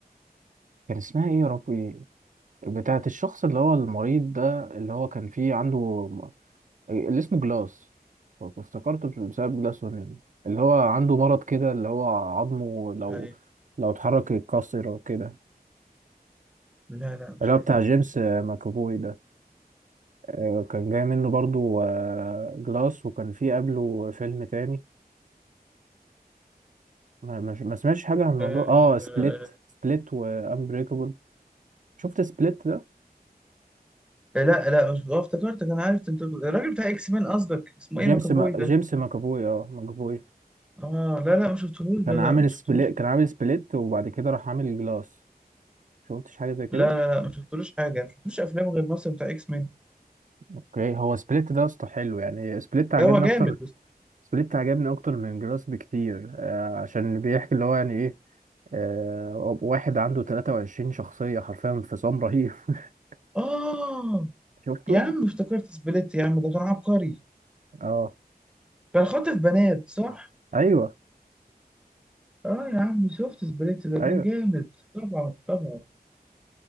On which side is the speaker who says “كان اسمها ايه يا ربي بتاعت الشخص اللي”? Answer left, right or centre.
Right